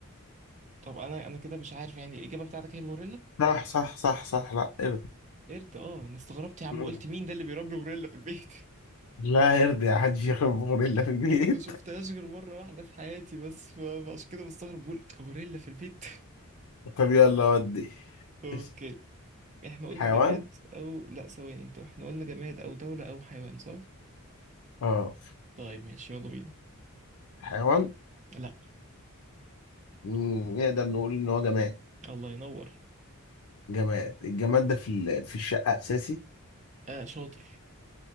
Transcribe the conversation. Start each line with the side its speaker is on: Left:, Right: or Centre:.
Right: طب أنا أنا كده مش عارف يعني الإجابة بتاعتك هي الغوريلا؟
Left: صح صح صح صح لا
Right: بس.
Left: ارضى
Right: قرد اه أنا استغربت يا عم
Left: مم.
Right: قلت مين ده اللي بيربي غوريلا في البيت؟ <laughs>
Left: لا يرضي حد يشرب غوريلا في البيت
Right: ما شفتهاش غير مرة واحدة في حياتي بس ف- فعشان كده بستغرب بقول غوريلا في البيت <laughs>
Left: طب يلا ودي
Right: اوكي
Left: إيش-
Right: احنا قلنا
Left: حيوان
Right: جماد او لا ثواني انت احنا قلنا جماد او دولة او حيوان صح
Left: اه
Right: طيب ماشي يلا بينا
Left: حيوان
Right: لا
Left: مم، نقدر نقول ان هو جماد
Right: الله ينور
Left: جماد الجماد ده في ال- في الشقة اساسي
Right: آه شاطر